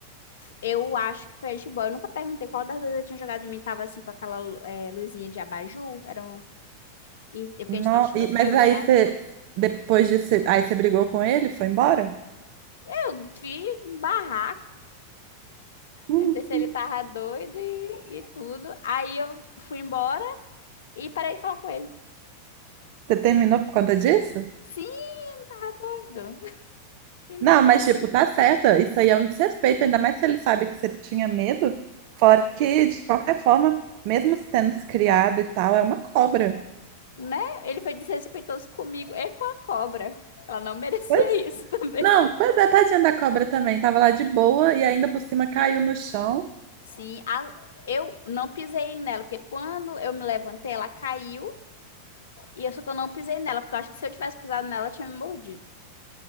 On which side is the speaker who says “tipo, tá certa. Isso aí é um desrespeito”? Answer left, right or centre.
Right